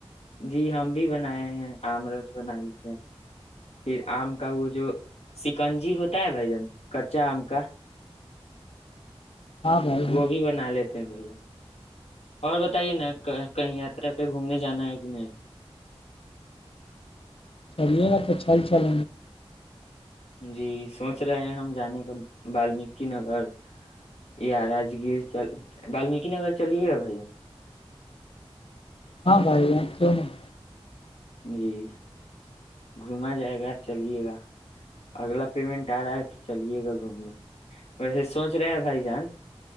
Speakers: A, on the left (about 85°); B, on the left (about 60°).
A: جی ہم بھی بنائے ہیں آم رس بنا لیتے ہیں پھر آم کا وہ جو سکنجی ہوتا ہے بھائی جان کچا آم کا
B: ہاں بھائی جان
A: وہ بھی بنا لیتے بھ اور بتائیے نا کہیں یاترا پہ گھومنے جانا ہے کہ نہیں
B: چلیے گا تو اچھا ہی چل
A: جی سوچ رہے ہیں ہم جانے کا بمیک نگر یا راجگیر بمیک نگر چلیے گا بھائی
B: ہاں بھائی یہاں کیوں نہیں
A: جی گھما جائے گا چلیے گا اگلا پیمنٹ آ رہا ہے تو چلیے گا گھومنے ویسے سوچ رہے ہیں بھائی جان